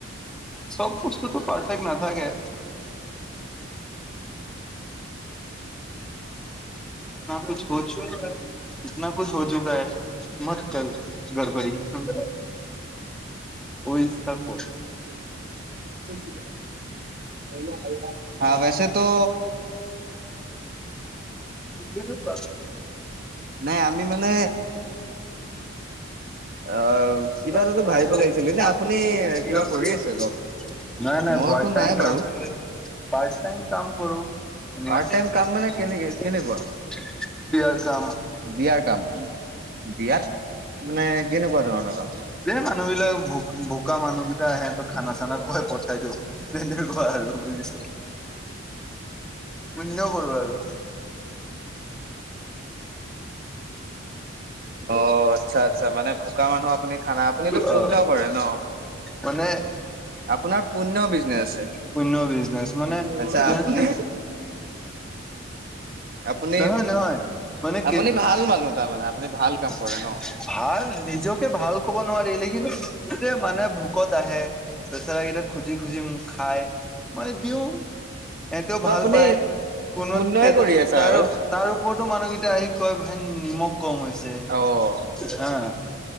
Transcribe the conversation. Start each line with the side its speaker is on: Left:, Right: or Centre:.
Centre: চব বস্তুটো পাৰফেক্ নাথাকে। ন কছ পচো ইতনা কচ হৈ চুকা হ মত ক গডব়ৰী সম ইচা কৰ
Right: <unintelligible> হা ওচেটো
Centre: ইটি প
Right: নাই আমি মানে অ
Centre: তিব
Right: কিবা এটাতো
Centre: ভাহলৈ
Right: ভাবিব লাগিছিলে
Centre: লাইছিল নে আজি
Right: আপুনি
Centre: কিবা ধৰি
Right: কৰি
Centre: <unintelligible>
Right: আছে জব?
Centre: নাই নাই
Right: মইতো
Centre: পাৰ্ট টাইম
Right: নাই
Centre: কাম,
Right: বাৰু
Centre: পাৰ্ট টাইম কাম কৰো। বিয়াৰ
Right: পাৰ্ট টাইম কাম মানে কেনে কেনেকুৱা
Centre: কাম।
Right: বিয়াৰ কাম বিয়াত মানে কেনেকুৱা ধৰণৰ কাম?
Centre: যে মানুহ বিলাক ভ ভোকা মানুহকেইটা আহে সিহঁতক খানা চানা খুৱাই পঠাই দিওঁ। তেনেকুৱা আৰু বুজিছ? পুণ্য কৰো আৰু।
Right: অ আচ্ছা আচ্ছা মানে ভোকা মানুহ আপুনি খানা, আপুনিতো পুণ্য
Centre: অ
Right: কৰে ন?
Centre: মানে
Right: আপোনাৰ পুণ্য বিজনেচ আছে,
Centre: পুণ্য বিজনেচ মানে
Right: আচছা
Centre: যেন
Right: আপুনি? আপুনি
Centre: নহয় নহয় মানে
Right: আপুনি
Centre: কি <unintelligible>
Right: ভাল মানুহ তাৰমানে আপুনি ভাল কাম কৰে ন?
Centre: ভাল নিজকে ভাল ক'ব নোৱাৰি লেকিন মানে ভোকত আহে। বেচৰা কেইটা খুজি খুজি খাই, মই দিওঁ। এহঁতেও
Right: ত'
Centre: ভাল
Right: আপুনি
Centre: পায় কোনো
Right: পুণ্যই
Centre: <unintelligible>
Right: কৰি আছে
Centre: তাৰ
Right: আৰু
Centre: তাৰ ওপৰতো মানুহকেইটাই আহি কয় হেন নিমখ কম হৈছে।
Right: অ'
Centre: হা